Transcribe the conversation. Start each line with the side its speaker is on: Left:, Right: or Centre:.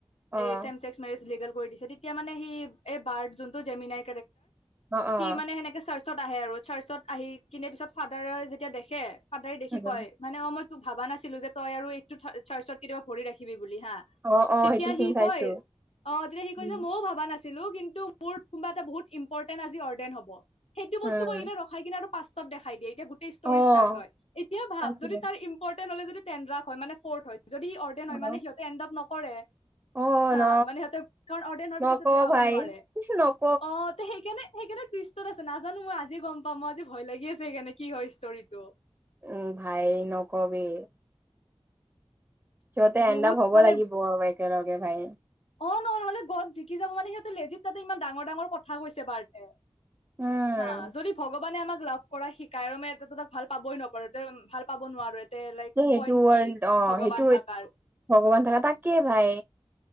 Right: অ',
Left: এই চেম্স মেৰিজ লিগেল কৰি দিছে। তেতিয়া মানে সি এই বাৰ যোনটো জেমিনাৰ
Right: অ', অ',
Left: সি মানে সেনেকে চাৰ্চত আহে আৰু। চাৰ্চত আহি কিনে পিছত ফাদাৰে যেতিয়া দেখে সদাই দেখি
Right: উম,
Left: কয় মানে অ মইতো ভাবা নাছিলো যে তই আৰু এইটো চাৰ্চত কেতিয়াবা ভৰি ৰাখিবি। বুলি হা
Right: অ', অ',
Left: তেতিয়া
Right: সেইটো চিন
Left: সি
Right: চাইছো।
Left: কয় অ তেতিয়া সি কৈ
Right: উম,
Left: যে ময়ো ভাবা নাছি লো কিন্তু মোৰ কোনোবা এটা বহুত ইম্পৰটেন্ট অৰ্ডেন হ'ব। সেইটো
Right: উম,
Left: বস্তু এনে মই ৰখাই কিনে আৰু পাচঁ ত দেখাই দিয়ে। এতিয়া গোটেই ষ্টৰি
Right: অ',
Left: ষ্টাৰ্ট হয়। এতিয়া ভাৱ
Right: তাকে
Left: যদি তাৰ ইম্পৰ্টেণ্ট হলে যদি ট্ৰেনডাফ হয় মানে ফৰ্থ হয়, যদি অৰ্ডেন
Right: অ',
Left: হয় মানে সিহঁতে এনডপ নকৰে।
Right: অ',
Left: হা
Right: ন
Left: মানে সিহঁতক কাৰণ অৰ্ডন হোৱাৰ
Right: নক
Left: পিছতটো বেয়া হ'ব
Right: ভাই
Left: নোৱাৰে।
Right: নক
Left: অ তে সেইকাৰণে সেইকাৰণে টুইষ্টত আছে। নাজানো মই আজি গম পাম। মই আজি ভয় লাগি আছে সেইকাৰণে কি হয় ষ্টৰিটো।
Right: উম, ভাই নকবি। সিহঁতে
Left: বহুত
Right: এণ্ড আপ হব
Left: মানে
Right: লাগিব একেলগে ভাই।
Left: অ ন নহলে গড জিকি যাব মানে। সিহতে লেজিত তাতে ইমান ডাঙৰ ডাঙৰ কথা কৈছে বাৰ্টে।
Right: উম,
Left: হা যদি ভগৱানে আমাক লাভ কৰা শিকাই, ৰ মে তাক ভাল পাবই নপো এ ভাল পাব নোৱাৰো। লাইক
Right: তে সেইটো
Left: পইণ্ট
Right: ৱৰ্ল্ড
Left: কি
Right: অ',
Left: ভগৱান
Right: সেইটো
Left: থাকাৰ?
Right: ভগৱান থকা তাকে ভাই